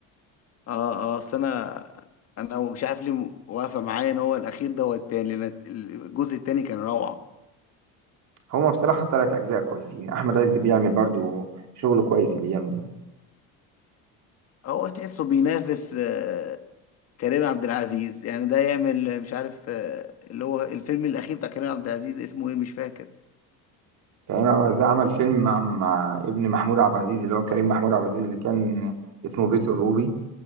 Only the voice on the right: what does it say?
هما بصراحه الثلاث اجزاء كويسين احمد عز بيعمل برضو شغل كويس الايام دي
كريم عبد العزيز عمل فيلم مع, مع ابن محمود عبد العزيز اللي هو كريم محمود عبد العزيز اللي كان اسمه بيت الروبي